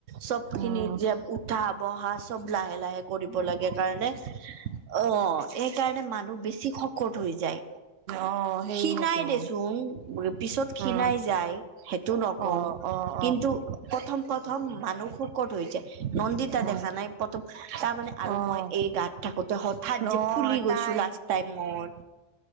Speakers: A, on the right; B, on the right.
A: চব খিনি
B: উম,
A: যে উঠা বহা চব লাহে লাহে কৰিব লাগে কাৰণে অ। সেইকাৰণে মানুহ বেছি শকত হৈ যায়।
B: অ', সেইয়েতো
A: ক্ষীণাই দেচোন পিছত ক্ষীণাই
B: উম,
A: যায়। সেইটো নকওঁ,
B: অ', অ', অ',
A: কিন্তু প্ৰথম প্ৰথম মানুহ খুব শকত হৈ যায়, নন্দিতা
B: অ',
A: দেখা নাই প্ৰথম তাৰ মানে, আৰু
B: অ'।
A: মই এই গাত থাকোতে, হঠাৎ
B: নহয়
A: যে ফুলি গৈছো
B: তাই
A: লাষ্ট টাইমত।